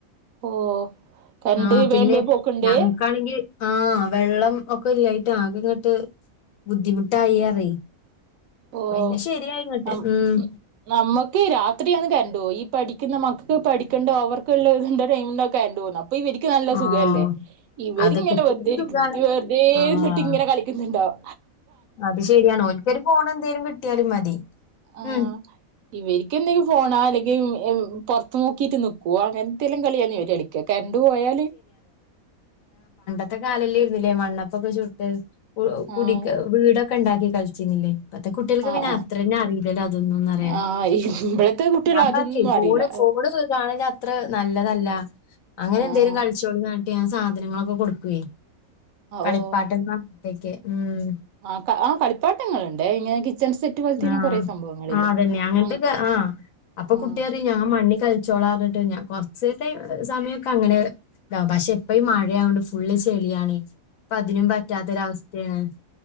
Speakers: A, on the right; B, on the left.
A: ഓ കറണ്ട്
B: ആ പിന്നെ
A: വേം വേം പോക്ക്ണ്ട്
B: ഞങ്ങക്കാണെങ്കി ആ വെള്ളം ഒക്കെ ഇല്ലായിട്ട് ആകെങ്ങട്ട് ബുദ്ധിമുട്ടായി അറി
A: ഓ
B: പിന്നെ ശെരിയായിങ്ങട്ട്
A: നം
B: ഉം
A: നമ്മക്ക് രാത്രിയന്ന് കറന്റോവ ഈ പഠിക്കുന്ന മക്കക്ക് പഠിക്കണ്ട ഓവർക്കള്ള തിന്റെ ടൈമിന്ന കറന്റോക്ന്നെ പ്പൊ ഇവര്ക്ക് നല്ല
B: ആഹ്
A: സുഖല്ലേ ഇവരിങ്ങനെ
B: അത് കുട്ടികൾക്ക്
A: വെറുതെ
B: സുഖാണ്.
A: വെറുതെര്ന്ന്ട്ട്
B: ആഹ്
A: ങ്ങനെ കളീ - ക്ക്ന്ന്ണ്ടാവും
B: അത് ശെരിയാണ് ഓല്ക്കൊഒരു ഫോണെന്തെലും കിട്ടിയാലും മതി
A: ആ
B: ഉം
A: ഇവര്ക്കെ ന്തെങ്കിലും ഫോണോ അല്ലെങ്കി പൊർത്ത് നോക്കിട്ട് നി കുവാ അങ്ങെൻത്തെല്ലം കളിയാന്ന് ഇവര് കളിക്ക കര്ണ്ട് പോയാല്
B: ത്തെ കാലല്ലേര്ന്നില്ലേ മണ്ണപ്പൊക്കെ ചുട്ട് കു കുടി
A: ആഹ്
B: വീടൊക്കെ ണ്ടാക്കി കളിച്ചിരുന്നില്ലേ ഇപ്പത്തെ കുട്ട്യാൾക്ക്
A: ആഹ്
B: പിന്നെ
A: ആഹ്
B: അത്രെന്നെ അറിയില്ലല്ലോ അതൊന്നുംന്നറിയ
A: ആഹ് ഇവിടത്തെ കുട്ടികൾ
B: ഞാൻ
A: അതൊന്നും
B: പർഞ്ഞേ ഫോണ്
A: അറിയില്ല
B: ഫോണ് കാണലാ ത്ര നല്ലതല്ല അങ്ങനെന്തെലും
A: ആഹ്
B: കളിച്ചോളിന്ന് ർഞ്ട്ട് ഞാൻ സാധനങ്ങളൊക്കെ കൊടുക്കേ കളിപ്പാട്ട
A: ഓഹ്
B: <unintelligible> ഉം
A: ആ ആ കളിപ്പാട്ടങ്ങൾണ്ട് ഇങ്ങനെ കിച്ചൺ സെറ്റ് പോലത്തെല്ലാം
B: ആ
A: കൊറേ സംഭവങ്ങളില്ലേ
B: ആ അതെന്നെ അങ്ങൻത്തൊക്കെ
A: ആഹ്
B: ആ അപ്പൊ
A: ആഹ്
B: കുട്ടിറി ഞാൻ മണ്ണ് കളിച്ചോളാ പർഞ്ട്ട് കൊർച്ച് ടൈം സമയ ക്കങ്ങനെ ഇതാവും പക്ഷെ ഇപ്പീ മഴയായോണ്ട് ഫുള്ള് ചെളിയാണ് ഇപ്പതിനും പറ്റാത്തൊരവസ്ഥ ഏണ്